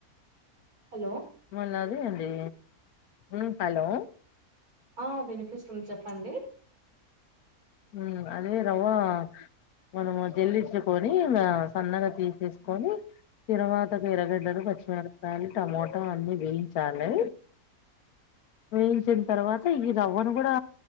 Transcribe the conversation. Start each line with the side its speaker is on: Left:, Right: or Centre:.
Right: హలో
Left: మొన్నది ఏందీ మ్ హలో
Right: ఆ వినిపిస్తుంది చెప్పండి
Left: ఉ అదే రవా మనము జల్లిచుకొని, ఇంగా సన్నగా తీసేసుకొని తిరువాతకు ఎరగడ్డలు పచ్ మెరికాయలు, టమోటా అన్నీ వేయించాలి. వేయించిన తర్వాత, ఈ రవ్వను కూడా